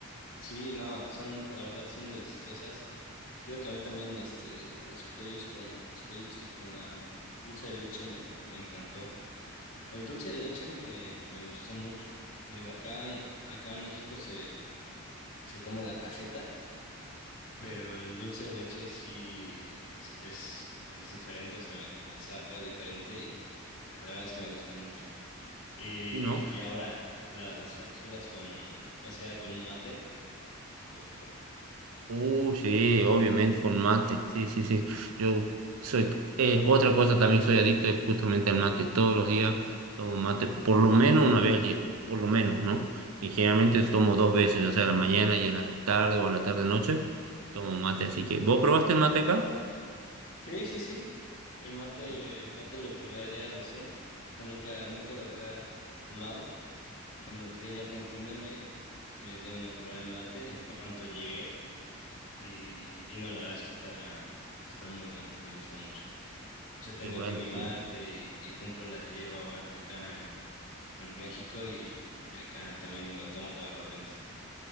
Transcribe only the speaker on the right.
Y no.
Uh, sí, obviamente con mate. Sí, sí, sí. Yo soy, eh, otra cosa también soy adicto es justamente al mate. Todos los días tomo mate, por lo menos una vez al día, por lo menos, ¿no? Y generalmente tomo dos veces, ya sea a la mañana y a la tarde o a la tarde-noche, tomo mate. Así que, ¿vos probaste el mate acá?
Sí.
Qué bueno,
qué, bueno,